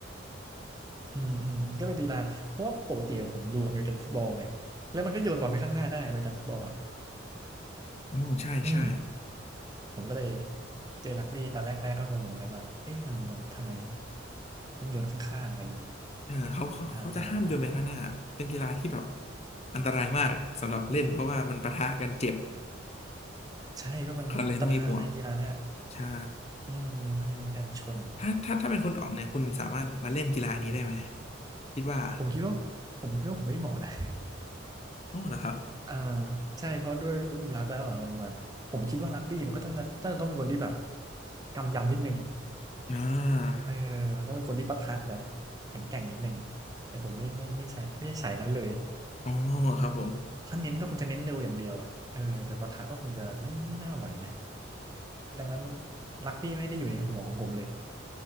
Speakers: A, on the right (about 20°); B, on the left (about 35°).
A: อืมอืมอืมก็เป็นดีไลน์เพราะว่าปกติอะผมดูอเมริกันฟุตบอลไงแล้วมันก็โยนบอลไปข้างหน้าได้อเมริกันฟุตบอลอ่ะ
B: อืมใช่ใช่
A: อืมผมก็เลยเจอรักบี้ตอนแรกแม่ก็งงเหมือนกันว่าเอ๊ะมันมันทำไมต้องโยนข้างๆอะไรอย่างเงี้ย
B: เออเขาเขาเขาจะห้ามโยนไปข้างหน้าเป็นกีฬาที่แบบ
A: อ่าอ่าอ่า
B: อันตรายมากสำหรับเล่นเพราะว่ามันปะทะกันเจ็บ
A: ใช่ก็มันเน้นปะทะในกีฬาเนี่ย
B: เขาเลยต้องมีบวกใช่
A: อืมมันจะเน้นการชน
B: ถ้าถ้าถ้าเป็นคุณอ๋องเนี่ยคุณสามารถมาเล่นกีฬานี้ได้ไหมคิดว่า
A: ผมคิดว่าผมคิดว่าผมไม่เหมาะนะ
B: อ๋อเหรอครับ
A: <laughs> อ่าใช่เพราะด้วยรูปลักษณ์แล้วอ่ะมันแบบผมคิดว่ารักบี้มันก็ต้องน่าต้องเป็นคนที่แบบกำยำนิดนึง
B: อ่า
A: เออต้องเป็นคนที่ปะทะแบบแข็งแกร่งนิดนึงแต่ผมไม่ไม่ไม่ใช่ไม่ใช่สายนั้นเลย
B: อ๋อครับผม
A: ถ้าเน้นก็คงจะเน้นเร็วอย่างเดียวอะเออแต่ปะทะก็คงจะไม่ไม่น่าไหวนะดังนั้นลักบี้ไม่ได้อยู่ในหัวของผมเลย